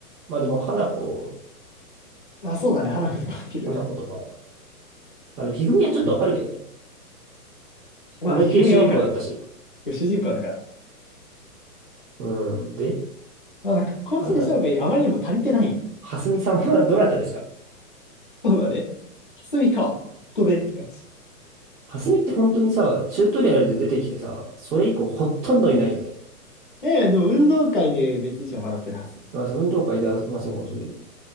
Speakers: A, on the right; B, on the left.
A: まあでも、花子、
B: あまあ、そうだね。花子とか起きる。
A: 花子とか、まあ、でも、ひふみはちょっとわかるけどね。
B: うん。まあ、
A: 思いっきり主人公だったし。
B: ひふみはわかる。主人公だから。
A: うん。で、
B: まあ、なんか、こいつにした方がいい。
A: あなた、
B: あまりにも足りてない。
A: はすみさんはどなたですか
B: そうだね。はすみか。ここでって感じ。
A: はすみって本当にさ、チュートリアルで出てきてさ、それ以降ほとんどいないよね。
B: ええ、でも運動会で別に一緒に笑ってるはず。
A: まあ、そう運動会では、まあそうかもしれないけど。